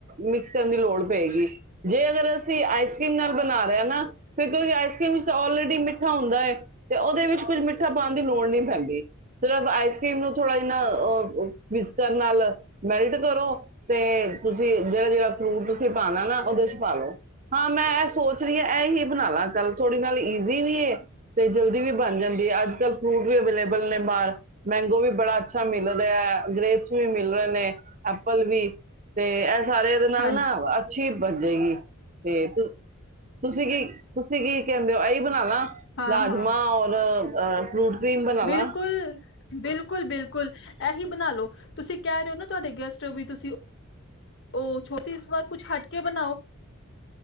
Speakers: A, on the right; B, on the left.
A: ਮਿਕਸ ਕਰਨ ਦੀ ਲੋੜ ਪਏਗੀ, ਜੇ ਅਗਰ ਅਸੀਂ ਆਈਸ ਕਰ੍ਰੀਮ ਨਾਲ ਬਣਾ ਰਹੇ ਹਾਂ ਨਾ ਫਿਰ ਕਿਉਂਕਿ ਆਈਸ ਕਰ੍ਰੀਮ ਵਿੱਚ ਆਲਰੇਡੀ ਮਿੱਠਾ ਹੁੰਦਾ ਹੈ, ਤੇ ਉਹਦੇ ਵਿੱਚ ਕੁਝ ਮਿੱਠਾ ਪਾਉਣ ਦੀ ਲੋੜ ਨਹੀਂ ਪੈਂਦੀ ਸਿਰਫ ਆਈਸ ਕਰ੍ਰੀਮ ਨੂੰ ਥੋੜ੍ਹਾ ਜਿ ਨਾ ਅ ਵਿਸਕਰ ਨਾਲ ਮੈਲਟ ਕਰੋ, ਤੇ ਤੁਸੀਂ ਜਿਹੜਾ ਜਿਹੜਾ ਫਰੂਟ ਉੱਥੇ ਪਾਣਾ ਨਾ ਉਹਦੇ ਚ ਪਾਾਲੋ ਹਾਂ, ਮੈਂ ਇਹ ਸੋਚ ਰਹੀ ਹਾਂ ਇਹ ਹੀ ਬਣਾ ਲਾ ਚੱਲ ਥੋੜ੍ਹੀ ਨਾਲ ਈਜ਼ੀ ਵੀ ਏ ਤੇ ਜਲਦੀ ਵੀ ਬਣ ਜਾਂਦੀ ਹੈ ਅੱਜ ਕੱਲ੍ਹ ਫਰੂਟ ਵੀ ਅਵੇਲੇਬਲ ਨੇ ਮਾਲ ਮੈਂਗੋ ਵੀ ਮਿਲ ਰਿਹਾ ਹੈ। ਗ੍ਰੇਪਸ ਵੀ ਮਿਲ ਰਹੇ ਨੇ, ਐਪਲ ਵੀ, ਤੇ ਸਾਰੇ ਉਹਦੇ ਨਾਲ
B: ਹਾਂਜੀ
A: ਨਾ <unintelligible> ਜਾਏਗੀ ਤੇ, ਤੁ ਤੁਸੀਂ ਕੀ, ਤੁਸੀਂ ਕੀ ਕਹਿੰਦੇ ਹੋ ਇਹੀ ਬਣਾਲਾ
B: ਹਾਂ-ਹਾਂ
A: ਰਾਜਮਾਂ ਔਰ ਅ ਫਰੂਟ ਕਰੀਮ ਬਣਾ
B: ਬਿਲਕੁਲ,
A: ਲਾ
B: ਬਿਲਕੁਲ ਬਿਲਕੁਲ ਬਿਲਕੁਲ ਇਹੀ ਬਣਾਲੋ ਤੁਸੀਂ ਕਹਿ ਰਹੇ ਹੋ ਨਾ, ਤੁਹਾਡੇ ਗੈਸਟ ਵੀ ਤੁਸੀਂ ਉਹ ਛੋ ਇਸ ਵਾਰ ਕੁਛ ਹਟ ਕੇ ਬਣਾਓ